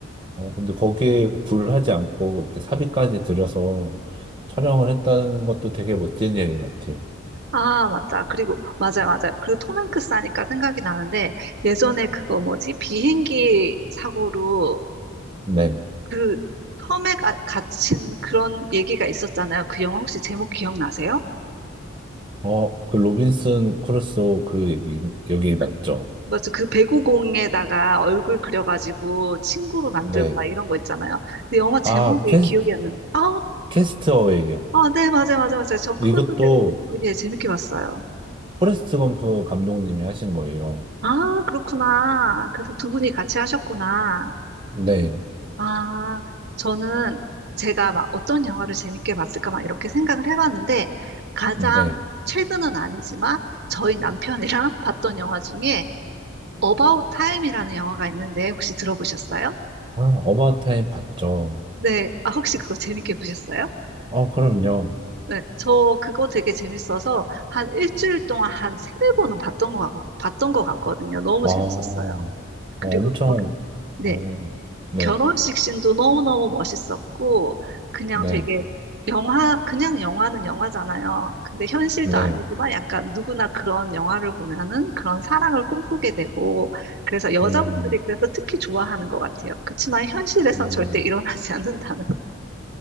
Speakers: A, on the right; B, on the right.
A: 어, 근데 거기에 굴하지 않고 이렇게 사비까지 들여서 촬영을 했다는 것도 되게 멋진 얘기 같아요.
B: 아, 맞다. 그리고, 맞아요, 맞아요. 그리고 톰 행크스 하니까 생각이 나는데, 예전에 그거 뭐지? 비행기 사고로
A: 네.
B: 그 섬에 가, 갇힌 그런 얘기가 있었잖아요. 그 영화 혹시 제목 기억나세요?
A: 어, 그 로빈슨 크루소 그 얘기, 여기 맞죠?
B: 그, 맞아. 그 배구공에다가 얼굴 그려가지고 친구로 만들고
A: 네.
B: 막 이런 거 있잖아요. 근데 영화 제목이
A: 아, 캐스,
B: 기억이 안 나는데, 아,
A: 캐스트어웨이요.
B: 아, 네, 맞아요, 맞아요, 맞아요. 저 그것도
A: 이것도
B: 되게, 재- 예, 재밌게 봤어요.
A: 포레스트 검프 감독님이 하신 거예요.
B: 아, 그렇구나. 그래서 두 분이 같이 하셨구나.
A: 네.
B: 아, 저는 제가 막 어떤 영화를 재밌게 봤을까 막 이렇게 생각을 해봤는데 가장
A: 네.
B: 최근은 아니지만 저희 남편이랑 <laughs> 봤던 영화 중에 About Time이라는 영화가 있는데 혹시 들어보셨어요?
A: 아, 어바웃타임 봤죠.
B: 네, 아, 혹시 그거 재밌게 보셨어요?
A: 어, 그럼요.
B: 네, 저 그거 되게 재밌어서 한 일주일 동안 한 세네 번은 봤던 거, 봤던 것 같거든요.
A: 아,
B: 너무
A: 어,
B: 재밌었어요. 그리고
A: 엄청,
B: 거기, 네.
A: 어, 네,
B: 결혼식 씬도 너무너무 멋있었고, 그냥
A: 네,
B: 되게 영화, 그냥 영화는 영화잖아요. 근데 현실도
A: 네.
B: 아니지만 약간 누구나 그런 영화를 보면은 그런 사랑을 꿈꾸게 되고, 그래서 여자분들이
A: 음,
B: 그래서 특히 좋아하는 것 같아요. 그치만 현실에선
A: 음.
B: 절대 일어나지 <laughs> 않는다는.